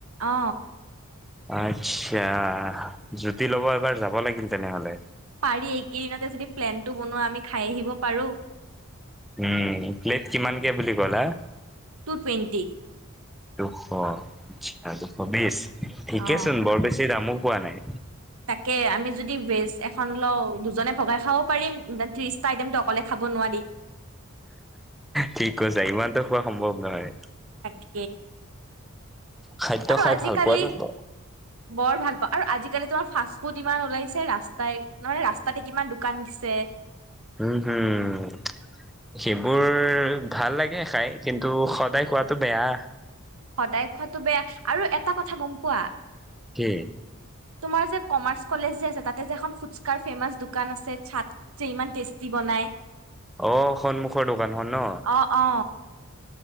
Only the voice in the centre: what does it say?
আচ্ছা, জুতি ল'ব এবাৰ যাব লাগিল তেনেহলে।
উম প্লেট কিমানকে বুলি ক'লা।
দুশ আচ্ছা দুশ বিশছ। ঠিকেচোন
বৰ বেছি দামো পোৱা নাই।
ঠিক কৈছা ইমানটো খোৱা সম্ভৱ নহয়।
খাদ্য
খাই
ভাল পোৱা যেন পাওঁ।
উম হম সেইবোৰ ভাল লাগে খাই কিন্তু সদায় খোৱাতটো বেয়া।
কি?
অহ সন্মুখৰ দোকানখন ন।